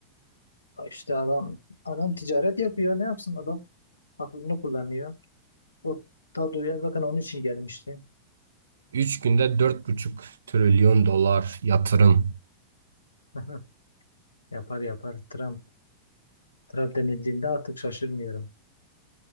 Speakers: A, on the left; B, on the right.
A: işte adam adam ticaret yapıyor ne yapsın adam aklını kullanıyor o Tadoya zaten onun için gelmişti
B: üç günde dört buçuk trilyon dolar yatırım.
A: <laughs> yapar yapar Trump Trump denildiğinde artık şaşırmıyorum